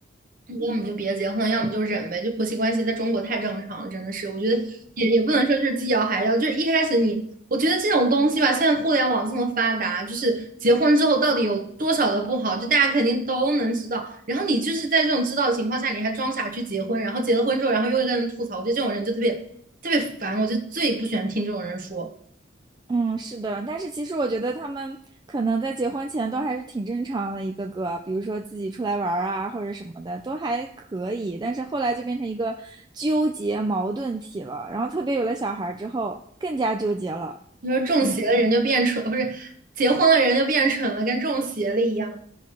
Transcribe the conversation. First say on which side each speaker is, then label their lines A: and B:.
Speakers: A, on the right (about 45°); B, on the right (about 20°).
A: 要么就别结婚，要么就忍呗。就婆媳关系在中国太正常了，真的是，我觉得也也不能说就是既要还要，就是一开始你，我觉得这种东西吧，现在互联网这么发达，就是结婚之后到底有多少的不好，就大家肯定都能知道。然后你就是在这种知道的情况下，你还装傻去结婚，然后结了婚之后，然后又跟人吐槽，我觉得这种人就特别特别烦，我就最不喜欢听这种人说。
B: 嗯，是的，但是其实我觉得他们可能在结婚前都还是挺正常的，一个个，比如说自己出来玩儿啊，或者什么的，都还可以。但是后来就变成一个纠结矛盾体了，然后特别有了小孩儿之后，更加纠结了。
A: 你说中邪了人就变蠢，
B: 嗯，
A: 不是结婚了人就变蠢了，跟中邪了一样。